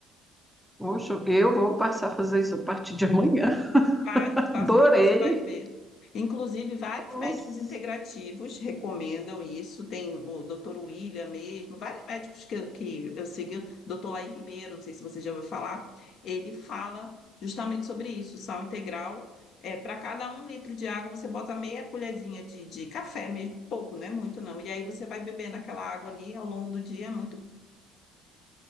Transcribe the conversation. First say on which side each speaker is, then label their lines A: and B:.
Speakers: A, in the centre; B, on the left.
A: Poxa, eu vou passar a fazer isso a partir de amanhã. <laughs>
B: Faça, faça
A: Adorei.
B: que você vai ver. Inclusive, vários
A: Nossa.
B: médicos integrativos recomendam isso. Tem o Dr. William mesmo, vários médicos que, que eu sigo, Dr. Laí Ribeiro, não sei se você já ouviu falar, ele fala justamente sobre isso, sal integral. É, para cada um litro de água, você bota meia colherzinha de, de café mesmo, pouco, não é muito não. E aí você vai bebendo aquela água ali ao longo do dia, é muito.